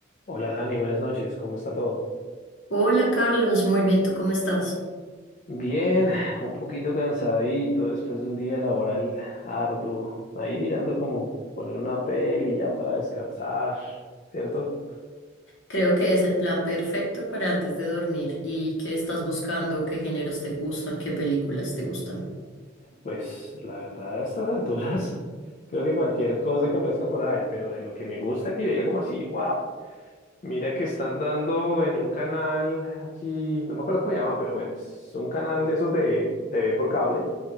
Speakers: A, on the left (about 40°); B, on the left (about 70°).
A: Hola Dani, buenas noches, ¿cómo está todo?
B: Hola Carlos, muy bien, ¿tú cómo estás?
A: Bien, <sighs> un poquito cansadito después de un día laboral arduo. Ahí mirando como poner una peli ya para descansar, ¿cierto?
B: Creo que es el plan perfecto para antes de dormir. ¿Y qué estás buscando? ¿Qué géneros te gustan? ¿Qué películas te gustan?
A: Pues la verdad, a estas alturas, <laughs> creo que cualquier cosa que aparezca por ahí, pero de lo que me gusta que yo diga como así, wow, mira que están dando en un canal aquí, no me acuerdo cómo se llama, pero bueno, es un canal de esos de TV por cable.